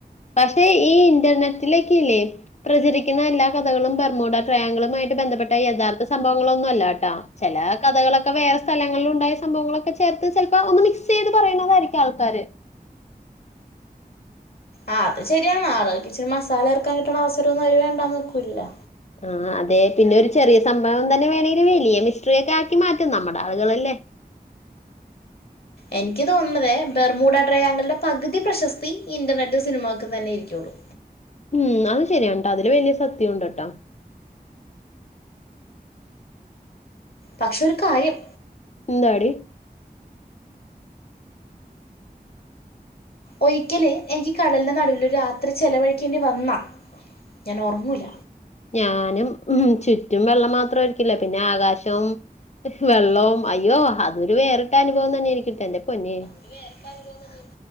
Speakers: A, on the left; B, on the left.
A: പക്ഷെ ഈ ഇന്റർനെറ്റിലേക്കില്ലേ പ്രചരിക്കുന്ന എല്ലാ കഥകളും ബർമുട ട്രയങ്ങളുമായിട്ട് ബന്ധപ്പെട്ട യഥാർത്ഥ സംഭവങ്ങളൊന്നും അല്ല കേട്ടാ. ചില കഥകളൊക്കെ വേറെ സ്ഥലങ്ങളിലുണ്ടായ സംഭവങ്ങളൊക്കെ ചേർത്ത്. ചിലപ്പോ ഒന്ന് മിക്സ് ചെയ്ത് പറയുന്നതായിരിക്കും ആൾക്കാര്.
B: ആഹ് അത് ശരിയാണ് ആള്കൾക്കിച്ചിരി മസാല ഇറക്കാൻ കിട്ടണ അവസരൊന്നും അവര് വേണ്ടാന്ന് വക്കൂലല്ലോ
A: ആ അതെ പിന്നെ ഒരു ചെറിയ സംഭവം തന്നെ വേണമെങ്കിൽ വലിയ മിസ്ട്രിയ ഒക്കെ ആക്കി മാറ്റും നമ്മുടെ ആളുകളല്ലേ
B: എനിക്ക് തോന്നുന്നതേ ബെർമൂഡട്രയാൻക്ലിന്റെ പകുതി പ്രശസ്തി ഇൻ്റർനെറ്റ് സിനിമക്ക് തന്നെ ഇരിക്കുകയുള്ളൂ
A: ഉം അത് ശരിയാണ്‌ട്ടോ അതില് വലിയ സത്യം ഉണ്ട് ട്ടോ
B: പക്ഷേ ഒരു കാര്യം
A: ഇന്താടി
B: ഒരിക്കല് എനിക്ക് കടലിന്റെ നടുവില് രാത്രി ചെലവഴിക്കേണ്ടി വന്നാ ഞാൻ ഉറങ്ങൂല
A: ഞാനും ചുറ്റും വെള്ളം മാത്രമായിരിക്കും ല്ല പിന്നെ ആകാശം വെള്ളം അയ്യോ അതൊരു വേറിട്ട അനുഭവം തന്നെയാനിക്കട്ടെ എന്റെ പൊന്നെ.
B: <inaudible>